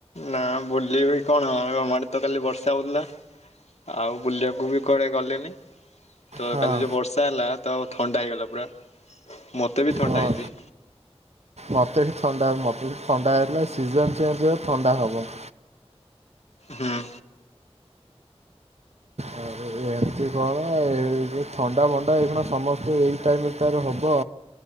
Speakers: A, on the left; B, on the right.
A: ନା ବୁଲିବି କଣ ଆମ ଆଡେ ତ କାଲି ବର୍ଷା ହଉଥିଲା। ଆଉ ବୁଲିବାକୁ ବି କୁଆଡେ ଗଲେନି। ତ
B: ହଁ
A: କାଲି ଯଉ ବର୍ଷା ହେଲା ତ ଥଣ୍ଡା ହେଇଗଲା ପୁରା ମୋତେ ବି ଥଣ୍ଡା
B: ହଁ
A: ହେଇଚି।
B: ମୋତେ ଥଣ୍ଡା ମତେ ବି ଥଣ୍ଡା ହେଲା ସିଜନ ଚେଞ୍ଜ ହେ ଥଣ୍ଡା ହେବ।
A: ହୁଁ।
B: <unintelligible> ଏମତି କଣ ଏ ଯଉଁ ଥଣ୍ଡା ମଣ୍ଡା ଏଇ କଣ ସମସ୍ତେ ଏଇ ଟାଇମଟାରୁ ହବ